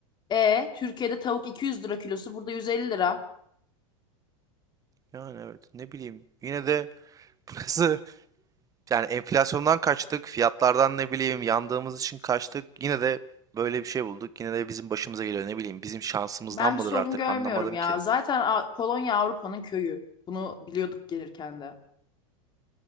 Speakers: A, on the left; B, on the right.
A: E Türkiye'de tavuk 200 lira kilosu burada 150 lira.
B: Yani evet ne bileyim. Yine de <laughs> burası Yani enflasyondan kaçtık, fiyatlardan ne bileyim yandığımız için kaçtık. Yine de böyle bir şey bulduk. Yine de bizim başımıza geliyor ne bileyim. Bizim şansımızdan
A: Ben
B: mıdır
A: bir sorun
B: artık
A: görmüyorum
B: anlamadım
A: ya.
B: ki.
A: Zaten A- Polonya Avrupa'nın köyü. Bunu biliyorduk gelirken de.